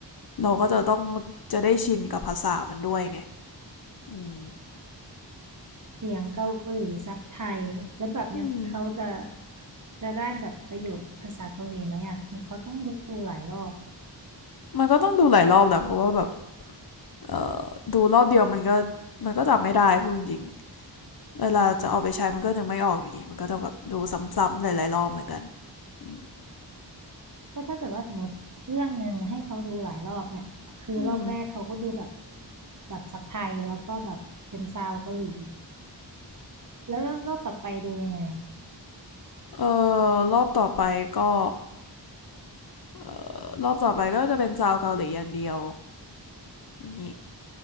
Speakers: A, on the left; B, on the right.
A: เราก็จะต้องจะได้ชินกับภาษามันด้วยไงอืม
B: เสียงเกาหลีซับไทยแล้วแบบเนี้ยเขาจะ
A: อืม
B: จะได้แบบประโยคภาษาเกาหลีไหมอ่ะหรือเขาต้องดูหลายรอบ
A: มันก็ต้องดูหลายรอบแหละเพราะว่าแบบเอ่อดูรอบเดียวมันก็มันก็จำไม่ได้พูดจริง เวลาจะเอาไปใช้มันก็ยังไม่ออกอยู่ดีมันก็ต้องแบบดูซ้ำๆหลายๆรอบเหมือนกันอืม
B: ก็ถ้าเกิดว่าสมมติเรื่องหนึ่งให้เขาดูหลายรอบเนี่ยคือรอบแรกเขาก็ดูแบบ
A: อืม
B: แบบซับไทยแล้วก็แบบเป็นซาวเกาหลีแล้วรอบต่อไปดูยังไงอ่ะ
A: เออรอบต่อไปก็เอ่อรอบต่อไปก็จะเป็นซาวเกาหลีอย่างเดียวนี่ <laughs>